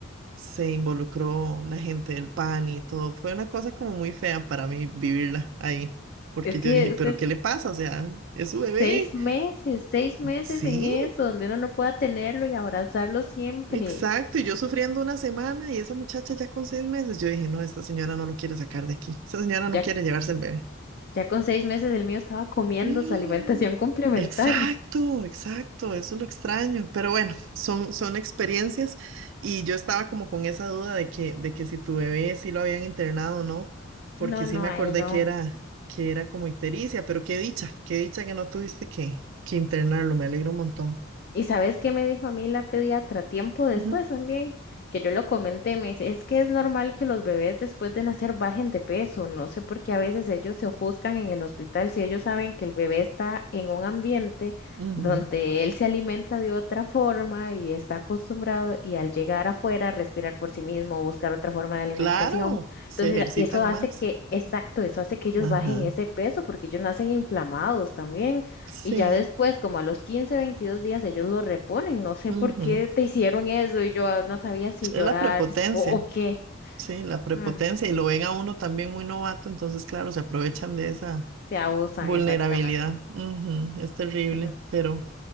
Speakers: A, on the right; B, on the left.
A: se involucró la gente del PAN y todo. Fue una cosa como muy fea para mí vivirla ahí, porque
B: Es que
A: yo dije,
B: es
A: pero
B: es
A: ¿qué le pasa? O sea, es su bebé.
B: seis meses, seis meses
A: Sí,
B: en eso, donde uno no pueda tenerlo y abrazarlo siempre.
A: exacto. Y yo sufriendo una semana y esa muchacha ya con seis meses, yo dije, no, esta señora no lo quiere sacar de aquí, esta señora
B: Ya,
A: no quiere llevarse el bebé.
B: ya con seis meses el mío estaba comiendo
A: Mm,
B: su alimentación <laughs> complementaria.
A: Exacto, exacto, eso es lo extraño, pero bueno, son, son experiencias y yo estaba como con esa duda de que, de que si tu bebé sí lo habían internado o no, porque
B: No,
A: sí
B: no,
A: me
B: a
A: acordé
B: él no.
A: que era, que era como ictericia, pero qué dicha, qué dicha que no tuviste que, que internarlo, me alegro un montón.
B: ¿Y sabes qué me dijo a mí la pediatra tiempo después
A: Ujú,
B: también? Que yo lo comenté, me dice, es que es normal que los bebés después de nacer bajen de peso, no sé por qué a veces ellos se ofuscan en el hospital si ellos saben que el bebé está en un ambiente
A: ujú.
B: donde él se alimenta de otra forma y está acostumbrado y al llegar afuera respirar por sí mismo, buscar otra forma de alimentación.
A: Claro, se
B: Entonces,
A: ejercitan
B: eso hace
A: más.
B: que, exacto, eso hace que ellos
A: Ajá,
B: bajen ese peso porque ellos nacen inflamados también.
A: sí,
B: Y ya después, como a los 15 22 días, ellos lo reponen. No sé
A: ujú.
B: por qué te hicieron eso y yo ah, no sabía si
A: Es
B: llorar
A: la prepotencia.
B: s- o, o qué.
A: Sí, la prepotencia
B: Ah,
A: y lo ven a uno también muy novato, entonces claro, se aprovechan de esa
B: se abusan,
A: vulnerabilidad.
B: exactamente.
A: Ujú, es terrible,
B: Mm,
A: pero